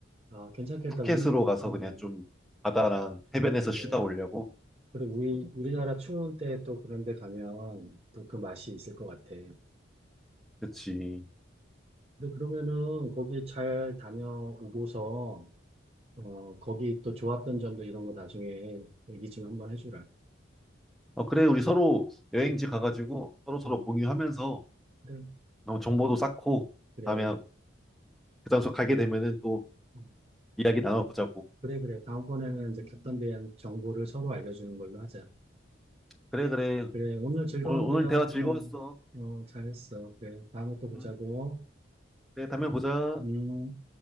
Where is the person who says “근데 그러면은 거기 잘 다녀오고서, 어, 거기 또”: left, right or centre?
Right